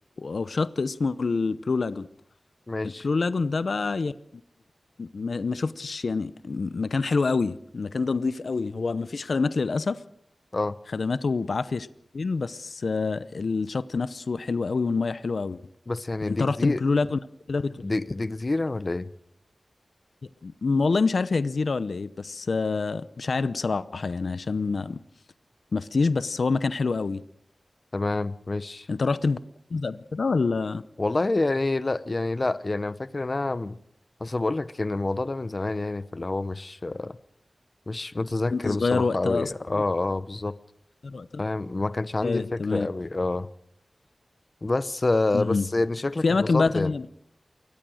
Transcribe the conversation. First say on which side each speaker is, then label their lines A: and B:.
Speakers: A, on the left; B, on the left.
A: أو شط اسمه البلو لاجون
B: ماشي
A: البلو لاجون ده بقى يعني ما ما شفتش يعني مكان حلو قوي المكان ده نظيف قوي هو ما فيش خدمات للأسف
B: اه
A: خدماته بعافية شويتين بس آه، الشط نفسه حلو قوي والمية حلوة قوي
B: بس يعني
A: انت
B: دي جزيرة
A: رحت البلو لاجون قبل كده بت...
B: دي, دي جزيرة ولا ايه
A: م- والله مش عارف هي جزيرة ولا ايه بس آه، مش عارف بصراحة يعني عشان ما ما فتيش بس هو مكان حلو قوي
B: تمام ماشي
A: انت رحت البلو لاجون ده قبل كده ولا
B: والله يعني لا يعني لا يعني انا فاكر ان انا اصل بقول لك ان الموضوع ده من زمان يعني فاللي هو مش مش متذكر
A: كنت صغير
B: بصراحة
A: وقتها
B: قوي
A: اصلا
B: اه اه بالظبط
A: اختار وقتها
B: فاهم ما كانش عندي
A: ايه
B: فكرة
A: تمام
B: قوي اه بس آه
A: مهم.
B: بس يعني شكلك
A: في
B: اتبسطت
A: اماكن بقى تانية
B: يعني